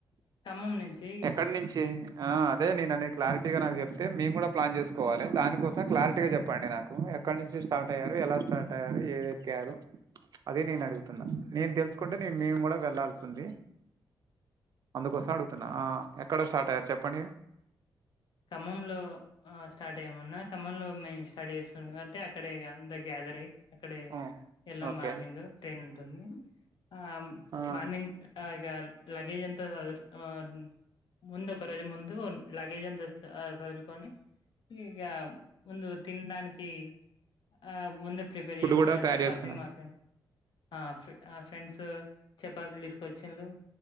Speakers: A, on the left; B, on the right.
A: ఖమ్మం నుంచి
B: ఎక్కడి నుంచి ఆ అదే నేను అనే క్లారిటీగా నాకు చెప్ప అయితే మేము కూడా ప్లాన్ చేసుకోవాలే దానికోసం క్లారిటీగా చెప్పండి నాకు ఎక్కడ నుంచి స్టార్ట్ అయ్యారు ఎలా స్టార్ట్ అయ్యారు ఏది ఎక్కారు అదే నేను అడుగుతున్నా నేను తెలుసుకుంటే నేను మేము కూడా వెళ్లాల్సి ఉంది అందుకోసం అడుగుతున్నా ఆ ఎక్కడ స్టార్ట్ అయ్యారు చెప్పండి
A: ఖమ్మం లో స్టార్ట్ అయ్యాము అన్నా ఖమ్మంలో మేము స్టడీ చేస్తున్నాంటే అక్కడే ఇగ అంత గ్యాతరై అక్కడే
B: ఆ
A: ఇళ్ల
B: ఓకే
A: మార్నింగ్ ట్రైన్ ఉంటుంది ఆ
B: ఆ
A: మార్నింగ్ ఇగా లగేజ్ అంత చదురు ఉ ముందు ఒక రోజు ముందు లగేజ్ అంత చ చదుర్కొని ఇగ ముందు తినడానికి ఆ ముందే ప్రిపేర్
B: ఫుడ్
A: చేసుకున్నా
B: కూడా తయారు
A: చపాతి
B: చేసుకున్నారు
A: మా ఫ్రెండ్ ఆ ఆ ఫ్రెండ్స్ చపాతీలు తీసుకొచ్చిలు